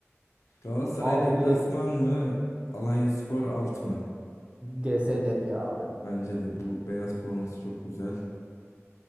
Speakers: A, on the left; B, on the right.
A: Galatasaray
B: Abi
A: deplasman
B: G
A: mı? Alanyaspor alt mı?
B: GS dep ya abi.
A: Bence de bu beyaz forması çok güzel.